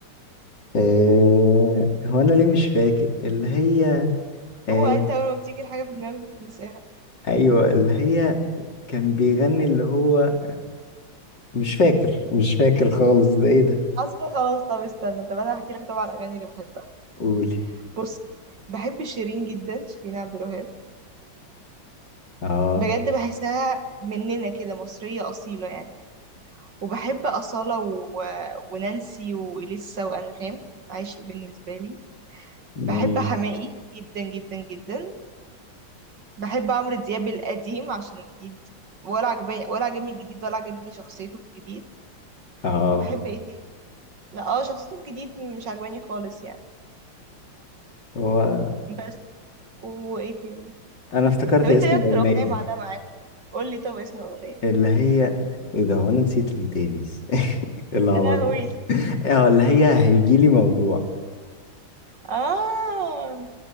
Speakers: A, on the left; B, on the right.
A: آه هو انا ليه مش فاكر اللي هي
B: هو
A: آه
B: انت اول ما بتيجي الحاجة في دماغك بتنساها
A: ايوه اللي هي كان بيغني اللي هو مش فاكر مش فاكر خالص ده ايه ده
B: اصلا خلاص طب استنى طب انا هحكي لك طبعا الاغاني اللي بحبها
A: قولي
B: بص بحب شيرين جدا شيرين عبد الوهاب
A: اه
B: بجد بحسها مننا كده مصرية أصيلة يعني وبحب أصالة و... ونانسي وإليسا وأنغام عشق بالنسبة لي
A: مم.
B: بحب حماقي جدا جدا جدا بحب عمرو دياب القديم عشان الجديد ولا عجبني ولا عجبني الجديد ولا عجبني شخصيته في الجديد
A: اه
B: وبحب ايه تاني لا اه شخصيته الجديد مش عجباني خالص يعني
A: هو
B: بس وايه تاني
A: انا افتكرت
B: طب انت
A: اسم
B: ايه اكتر
A: الاغنيه
B: اغنية معلقة معاك طيب قولي طب اسم الاغنية
A: اللي هي ايه ده هو انا نسيت ليه تاني <laughs> إيه العبط
B: يا لهوي
A: ده؟ اه اللي هي هيجيلي موجوع
B: آه